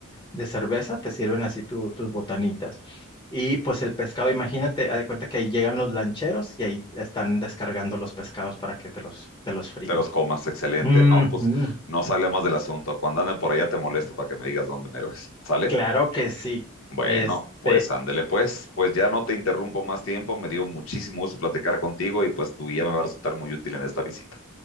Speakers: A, on the left (about 20°); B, on the left (about 70°).
A: de cerveza, te sirven así tu- tus botanitas. Y pues el pescado, imagínate, haz de cuenta que ahí llegan los lancheros y ahí están descargando los pescados para que te los, te los fríen.
B: Te los comas, excelente.
A: Ujú,
B: No, pues no sale más del asunto. Cuando ande por allá te molesto para que me digas dónde mero es. ¿Sale?
A: Claro que sí.
B: Bueno,
A: Este,
B: pues ándele pues, pues ya no te interrumpo más tiempo, me dio muchísimo gusto platicar contigo y pues tu guía me va a resultar muy útil en esta visita.